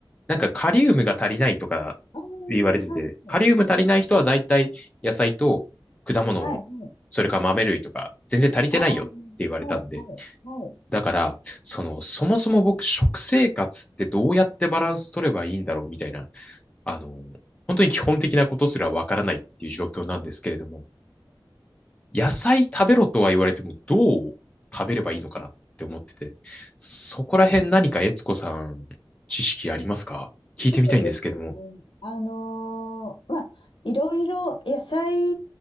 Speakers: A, on the left; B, on the left.
A: なんかカリウムが足りないとか
B: ああは
A: 言われてて、カリウム足りない人は大体野菜と果物、
B: い、はい。はい、はい。
A: それから豆類とか、全然足りてないよって言われたんで、
B: ああ、はい、はい、はい。
A: だから、その、そもそも僕、食生活ってどうやってバランス取ればいいんだろうみたいな、あの、本当に基本的なことすらわからないっていう状況なんですけれども、野菜食べろとは言われても、どう食べればいいのかなって思ってて、そこら辺何か悦子さん、知識ありますか聞いてみたいんですけども。
B: そうですね。あのーまあ、いろいろ野菜